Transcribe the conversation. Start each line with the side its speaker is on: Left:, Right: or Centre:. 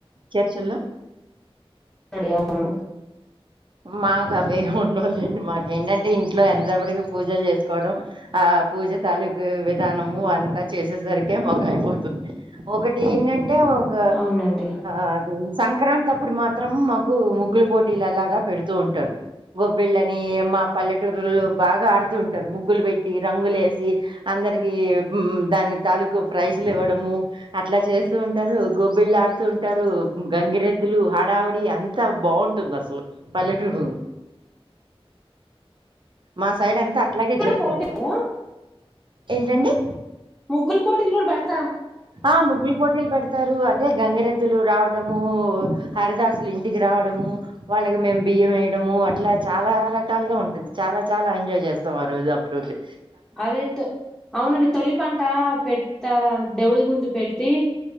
Right: చర్చల్లో
Centre: అవునండి అవును
Right: మాకు అవే ఉండవూలెండి మాకెటంటే ఇంట్లో ఎంతసేపటికి పూజలు చేసుకోవడం, ఆ పూజ తాలూకు విధానము అంతా చేసేసరికి మాకు అయిపోతుంది ఒకటి ఏంటంటే టే ఒక
Centre: అవునండి
Right: ఆది సంక్రాంతి అప్పుడు మాత్రం మాకు ముగ్గులు పోటీలు అలాగా పెడుతూ ఉంటారు, గొబ్బిళ్ళని మా పల్లెటూరులో బాగా ఆడుతూ ఉంటారు, ముగ్గులు పెట్టి రంగులే వేసి అందరికి దాని తాలూకు ప్రైజ్లు ఇవ్వడము అట్లా చేస్తూ ఉంటారు, గొబ్బిళ్ళు ఆడుతూ ఉంటారు, గంగిరెద్దులు హడావుడి అంతా బాగుంటుంది అసలు పల్లెటూరు మా సైడ్ అంత లగేజ్
Centre: కూడా
Right: జేస్కొ
Centre: పోటీ కదా
Right: ఏంటండి
Centre: ముగ్గుల్ పోటిది గుడ బెడ్తర
Right: ఆ ముగ్గుల్ పోటీలు పెడతారు అదే గంగరెద్ లు రావడమూ హరిదాసులు ఇంటికి రావడము వాళ్ళకి మేము బియ్యము వేయడము అట్ల చాలా రకాలుగా ఉంటుంది చాలా చాలా ఎంజాయ్ జేస్తం ఆ రోజు అప్పుడతే
Centre: అదే త అవునండి తొలిపంట పెట్ ఇస్తారా దేవుళ ముందు పెట్టి